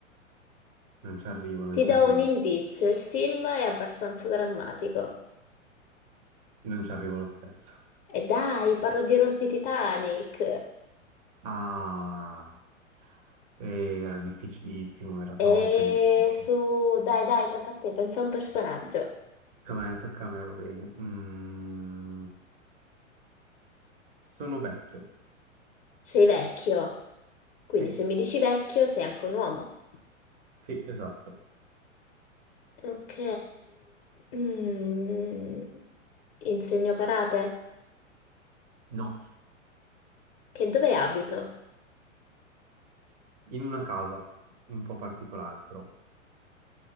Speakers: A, on the right; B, on the left.
A: non ci arrivo, non
B: ti
A: ci
B: do
A: arrivo,
B: un indizio, il film è abbastanza drammatico.
A: non ci arrivo lo stesso.
B: E dai, parlo di Rose di Titanic.
A: Ah, era difficilissimo, era
B: E
A: troppo difficile.
B: su, dai, dai, tocca a te, pensa a un personaggio.
A: Tocca a me, tocca a me, va bene. Mm, sono vecchio,
B: Sei vecchio,
A: sì,
B: quindi se mi dici vecchio sei anche un uomo.
A: sì, esatto.
B: Ok, Mm. Insegno karate?
A: No,
B: Che dove abito?
A: in una casa un po' particolare, però.